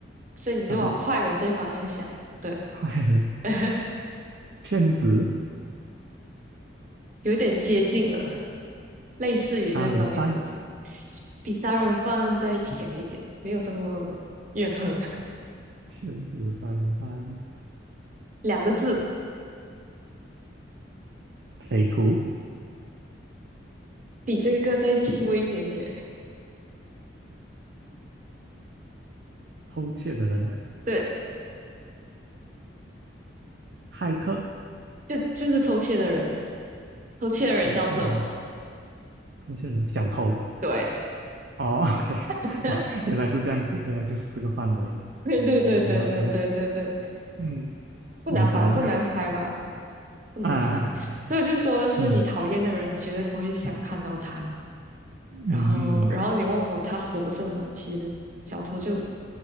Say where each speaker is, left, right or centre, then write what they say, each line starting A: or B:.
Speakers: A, on the right (about 40°); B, on the right (about 60°).
A: 所以你就往坏人这方面想，
B: 但是
A: 对，
B: 坏人，
A: <laughs>
B: 骗子，
A: 有点接近了，类似于这方面的东西，
B: 杀人的犯，
A: 比杀人犯再浅一点，没有这么怨恨，
B: 骗子，杀人的犯，
A: <laughs> 两个字，
B: 匪徒，
A: 比这个再轻微一点点，
B: 偷窃的人啊，
A: 对，
B: 骇客，
A: 就就是偷窃的人。偷窃的人叫什么？
B: 偷窃的人。偷窃人小偷
A: 对，
B: 哦，OK，<laughs>
A: <laughs>
B: 哦，原来是这样子，原来就是这个范围。
A: 对对对对对对对对，
B: 好的，好的，嗯，
A: 不难吧？
B: 明白了
A: 不难猜吧？不难猜。
B: 啊，
A: 所以我就说是你讨厌的人，
B: 嗯
A: 你绝对不会想看到他。
B: 嗯嗯，
A: 然后，然后你问我他活着吗？其实小偷就